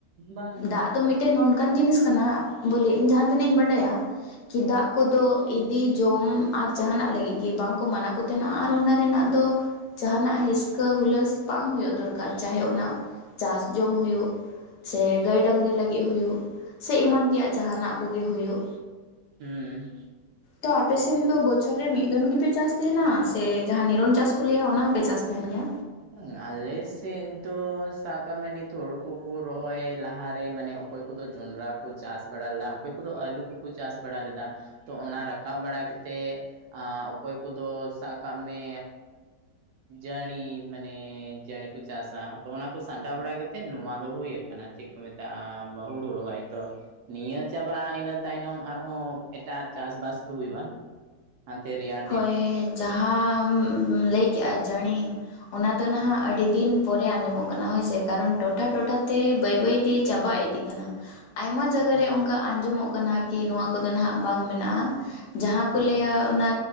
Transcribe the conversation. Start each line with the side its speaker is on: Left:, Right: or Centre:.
Right: ᱵᱟᱝ
Left: ᱫᱟᱜ ᱫᱚ ᱢᱤᱫᱴᱮᱱ ᱱᱚᱱᱠᱟᱱ ᱡᱤᱱᱤᱥ ᱠᱟᱱᱟ ᱵᱚᱞᱮ ᱤᱧ ᱡᱟᱦᱟᱸ ᱛᱤᱱᱟᱹᱜ ᱤᱧ ᱵᱟᱰᱟᱭᱟ ᱠᱤ ᱫᱟᱜ ᱠᱚᱫᱚ ᱤᱫᱤ ᱡᱚᱢ ᱟᱨ ᱡᱟᱦᱟᱱᱟᱜ ᱞᱟᱹᱜᱤᱫ ᱜᱮ ᱵᱟᱝᱠᱚ ᱢᱟᱱᱟ ᱠᱚ ᱛᱟᱦᱮᱱᱟ ᱟᱨ ᱚᱱᱟ ᱨᱮᱱᱟᱜ ᱫᱚ ᱡᱟᱦᱟᱱᱟᱜ ᱦᱤᱥᱠᱟᱹ ᱦᱩᱞᱟᱹᱥ ᱵᱟᱝ ᱦᱩᱭᱩᱜ ᱫᱚᱨᱠᱟᱨ ᱪᱟᱦᱮ ᱚᱱᱟ ᱪᱟᱥ ᱡᱚᱝ ᱦᱩᱭᱩᱜ ᱥᱮ ᱜᱟᱹᱭ ᱰᱟᱝᱜᱽᱨᱤ ᱞᱟᱹᱜᱤᱫ ᱦᱩᱭᱩᱜ ᱥᱮ ᱮᱢᱟᱱ ᱛᱮᱭᱟᱜ ᱡᱟᱦᱟᱸᱱᱟᱜ ᱠᱚᱜᱮ ᱦᱩᱭᱩᱜ
Right: ᱦᱮᱸ
Left: ᱛᱚ ᱟᱯᱮ ᱥᱮᱱ ᱫᱚ ᱵᱚᱪᱷᱚᱨ ᱨᱮ ᱢᱤᱫ ᱫᱚᱱ ᱜᱮᱯᱮ ᱪᱟᱥ ᱛᱟᱦᱮᱱᱟ ᱥᱮ ᱡᱟᱦᱟᱸ ᱱᱤᱨᱚᱱ ᱪᱟᱥ ᱠᱚ ᱞᱟᱹᱭᱟ ᱚᱱᱟ ᱦᱚᱸᱯᱮ ᱪᱟᱥ ᱛᱟᱦᱮᱱ ᱜᱮᱭᱟ
Right: <unintelligible> ᱟᱞᱮ ᱥᱮᱫ ᱫᱚ ᱥᱟᱜᱠᱟᱢᱮ ᱱᱤᱛᱚ ᱦᱩᱲᱩ ᱠᱚᱠᱚ ᱨᱚᱦᱚᱭ ᱞᱟᱦᱟ ᱨᱮ ᱢᱟᱱᱮ ᱚᱠᱚᱭ ᱠᱚᱫᱚ ᱡᱚᱸᱰᱨᱟ ᱠᱚ ᱪᱟᱥ ᱵᱟᱲᱟ ᱞᱮᱫᱟ ᱚᱠᱚᱭ ᱠᱚᱫᱚ ᱟᱹᱞᱩ ᱠᱚᱠᱚ ᱪᱟᱥ ᱵᱟᱲᱟ ᱞᱮᱫᱟ ᱛᱚ ᱚᱱᱟ ᱨᱟᱠᱟᱵ ᱵᱟᱲᱟ ᱠᱟᱛᱮᱫ ᱟᱸ ᱚᱠᱚᱭ ᱠᱚᱫᱚ ᱥᱟᱵ ᱠᱟᱜ ᱢᱮ ᱡᱟᱹᱬᱤᱸ ᱢᱟᱱᱮ ᱡᱟᱹᱬᱤ ᱠᱚ ᱪᱟᱥᱟᱜ ᱚᱱᱟᱠᱚ ᱥᱟᱢᱴᱟᱣ ᱵᱟᱲᱟ ᱠᱟᱛᱮᱫ ᱱᱚᱣᱟ ᱫᱚ ᱦᱩᱭᱩ ᱟᱠᱟᱱᱟ ᱪᱮᱫ ᱠᱚ ᱢᱮᱛᱟᱜᱼᱟ ᱦᱩᱲᱩ ᱨᱚᱦᱚᱭ ᱛᱚ ᱱᱤᱭᱟᱹ ᱪᱟᱵᱟᱜᱼᱟ ᱤᱱᱟᱹ ᱛᱟᱭᱱᱚᱢ ᱟᱨᱦᱚᱸ ᱮᱴᱟᱜ ᱪᱟᱥ ᱵᱟᱥ ᱠᱚ ᱦᱩᱭᱩᱜᱼᱟ ᱦᱟᱛᱮ <unintelligible> ᱨᱮᱭᱟᱜ
Left: ᱦᱳᱭ ᱡᱟᱦᱟᱸᱢ ᱞᱟᱹᱭ ᱠᱮᱜᱼᱟ ᱡᱟᱹᱬᱤᱸ ᱚᱱᱟ ᱫᱚ ᱱᱟᱦᱟᱜ
Right: ᱦᱩᱸ
Left: ᱟᱹᱰᱤ ᱫᱤᱱ ᱯᱚᱨᱮ ᱟᱸᱡᱚᱢᱚᱜ ᱠᱟᱱᱟ ᱦᱳᱭᱥᱮ ᱠᱟᱨᱚᱱ ᱴᱚᱴᱷᱟ ᱴᱚᱴᱷᱟᱛᱮ ᱵᱟᱹᱭ ᱵᱟᱹᱭᱛᱮ ᱪᱟᱵᱟ ᱤᱫᱤ ᱠᱟᱱᱟ ᱟᱭᱢᱟ ᱡᱟᱭᱜᱟ
Right: ᱦᱩᱸ
Left: ᱨᱮ ᱚᱱᱠᱟ ᱟᱸᱡᱚᱢᱚᱜ ᱠᱟᱱᱟ ᱠᱤ ᱱᱚᱣᱟ ᱠᱚᱫᱚ ᱱᱟᱦᱟᱜ ᱵᱟᱝ ᱢᱮᱱᱟᱜᱼᱟ ᱡᱟᱦᱟᱸ ᱠᱚ
Right: ᱦᱩᱸ
Left: ᱞᱟᱹᱭᱟ ᱚᱱᱟ